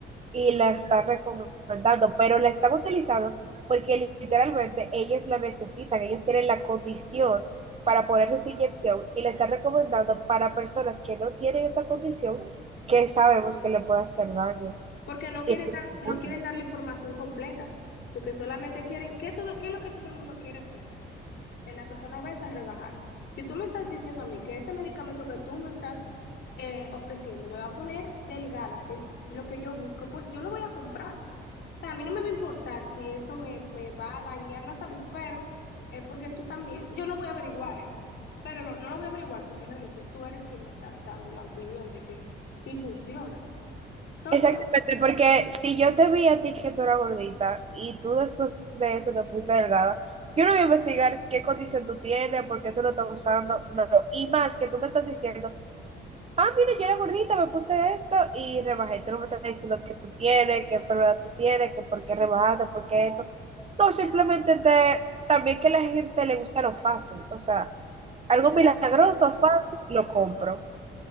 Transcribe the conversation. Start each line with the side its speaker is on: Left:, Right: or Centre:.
Right: y la están recomendando, pero la están utilizando porque literalmente ellas la necesitan, ellas tienen la condición para ponerse esa inyección y la están recomendando para personas que no tienen esa condición que sabemos que le puede hacer daño.
Left: Porque no quieren
Right: Y no
Left: dar,
Right: importa.
Left: no quieren dar la información completa, porque solamente quieren, ¿qué todo, qué es lo que todo el mundo quiere hacer? Eh, La persona va es a rebajar. Si tú me estás diciendo a mí que ese medicamento que tú me estás eh, ofreciendo me va a poner delgada, si es lo que yo busco, pues yo lo voy a comprar. O sea, a mí no me va a importar si eso me, me va a dañar la salud, pero es porque tú también, yo no voy a averiguar eso, pero no, no lo voy a averiguar porque realmente tú eres quien me estás dando la opinión de que sí funciona. Entonces,
Right: Exactamente, porque si yo te vi a ti que tú eras gordita y tú después de eso te pusiste delgada, yo no voy a investigar qué condición tú tienes, por qué tú lo estás usando, no. Y más que tú me estás diciendo, ah, mira, yo era gordita, me puse esto y rebajé. Tú no me estás diciendo qué tú tienes, qué enfermedad tú tienes, que por qué rebajaste, por qué esto. No, simplemente te, también que a la gente le gusta lo fácil, o sea, algo
Left: Sí,
Right: milagroso,
Left: también.
Right: fácil, lo compro.